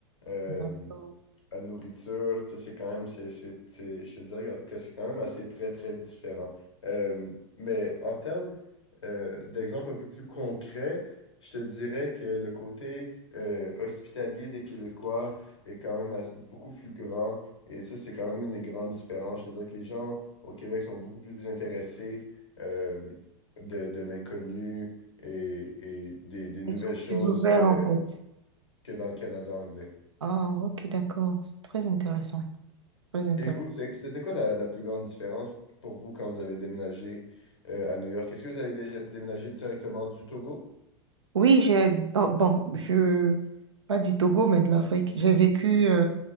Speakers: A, on the left; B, on the right.
A: Euh,
B: d'accord.
A: la nourriture, tu sais, c'est quand même, c'est, c'est, c'est- je te dirais que c'est quand même assez très, très différent. Euh, mais en termes euh, d'exemples un peu plus concrets, je te dirais que le côté euh, hospitalier des Québécois est quand même as- beaucoup plus grand. Et ça, c'est quand même une des grandes différences. Je te dirais que les gens au Québec sont beaucoup plus intéressés euh, de, de l'inconnu et, et des, des nouvelles
B: Ils sont
A: choses
B: plus ouverts
A: que,
B: en fait.
A: que dans le Canada anglais.
B: Ah, ok, d'accord. C'est très intéressant. Très intéressant.
A: Et vous, c'est- c'était quoi la, la plus grande différence pour vous quand vous avez déménagé euh, à New York? Est-ce que vous avez déjà déménagé directement du Togo?
B: Oui, j'ai... oh, bon, je... Pas du Togo, mais de l'Afrique. J'ai vécu